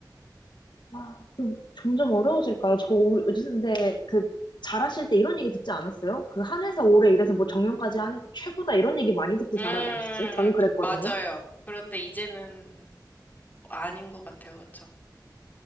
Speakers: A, on the left; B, on the left.
A: 아, 그 점점 어려워질까요? 저 올- 근데 그 잘하실 때 이런 얘기 듣지 않았어요? 그 한 회사 오래 일해서 뭐 정년까지 하는 게 최고다 이런 얘기 많이 듣고
B: 음,
A: 잘하지 않으셨어요? 저는 그랬거든요.
B: 맞아요. 그런데 이제는 아닌 것 같아요. 그렇죠?